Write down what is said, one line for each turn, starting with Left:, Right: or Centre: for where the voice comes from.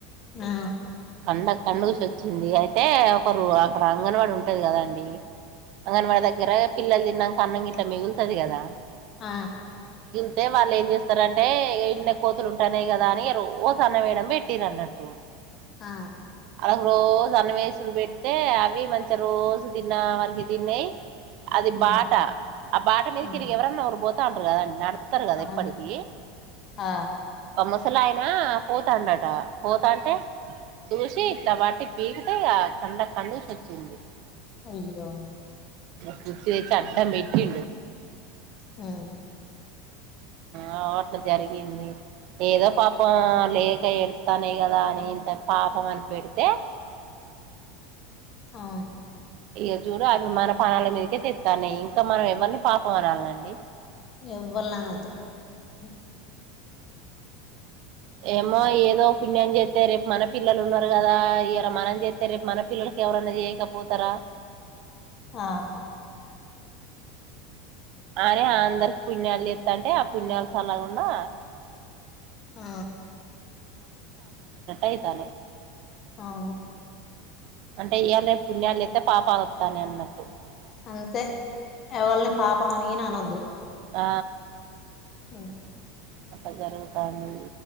Left: ఆ
Right: కండ కండుసి వచ్చింది అయితే ఒకరు అక్కడ అంగన్వాడి ఉంటది కదాండి అ అంగన్వాడ దగ్గర పిలల్ న్నాక అన్నం గ ఇట్లా మిగులుతుది కదా
Left: ఆ
Right: అయితే వాళ్ళు ఏం చేస్తారంటే ఎన్న కోతులు ఉంటానేయి కదా అని రోజు అన్న వేయడం పెట్టిారు అన్నట్టు
Left: ఆ
Right: వాళ్ళకి రోజు అన్వేసుడు పెడితే అవి మంచిగా రోజు తిన్న వారికి తిన్నాయి అది
Left: ఉమ్
Right: బాట ఆ బాట మీద
Left: ఉమ్
Right: తిరిగి ఎవరని నరు పోతా ఉంట అ అ అ ారు కద
Left: అవును
Right: ఎప్పటిక
Left: ఆ
Right: మసలా పోతాన్నట పోతాంటే చూసి ఇట్లా బట్టి పీకితే ఆ కండ కడుసి వచ్చింది
Left: అయ్యో
Right: పూచ తెచ్చ అడ్డండం పెటి
Left: హ
Right: అ అట్లా జరిగింది ఏదో పాపం లేక ఎడతానే కదా అని ఇంత పాపం అని పెడితే
Left: ఆ
Right: ఈయ చూడు అవి మన పణాల మీదకే తెస్తానుయి ఇంకా మనం ఎవరిని పాపంనాలండి
Left: ఎవ్వలను అదు అ
Right: ఏమో ఏదో పుణ్యం చేస్తే రేపు మన పిల్లలు ఉన్నారు కదా ఇలా మనం చేస్తే రేపు మన పిల్లలకి ఎవరన్నా చేయకపోతారా
Left: ఆ
Right: అనే అందరికి పుణ్యాలు ఎస్తా అంటే ఆ పుణ్యాాలస్ అలాకుండా
Left: ఆ
Right: అైతాే
Left: అవు
Right: అంటే ఇ్యళ పుణ్యాలు అయితే పాపాలు వస్తానే అన్నారు
Left: అంతే ఎవరిని పాపం అనిని అనొద్దు
Right: ఆ
Left: అ
Right: అట్ట జరుగుతాంది